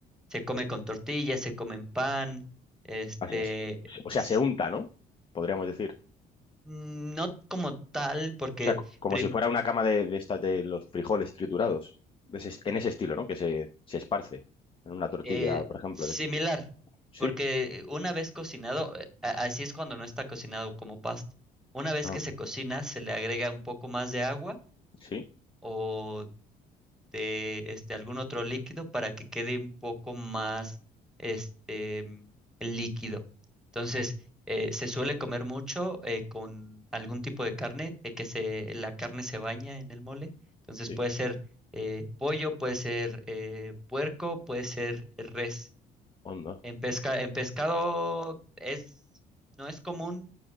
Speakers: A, in the centre; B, on the left.
A: Se come con tortillas, se come en pan, este,
B: Así es. O
A: es-
B: sea, se unta, ¿no? Podríamos decir.
A: no como tal porque
B: O sea, co- como
A: prim-
B: si fuera una cama de, de estas de los frijoles triturados. De ese est- en ese estilo, ¿no? Que se, se esparce en una tortilla,
A: eh,
B: por ejemplo.
A: similar,
B: de ese- Sí,
A: porque una vez cocinado, eh, a- así es cuando no está cocinado como pasta. Una vez
B: no,
A: que se cocina, se le agrega un poco más de agua
B: sí,
A: o de este, algún otro líquido para que quede un poco más este, mm, líquido. Entonces, eh, se suele comer mucho eh, con algún tipo de carne, eh, que se, la carne se baña en el mole. Entonces,
B: sí,
A: puede ser eh, pollo, puede ser eh, puerco, puede ser res.
B: onda,
A: En pesca, en pescado es, no es común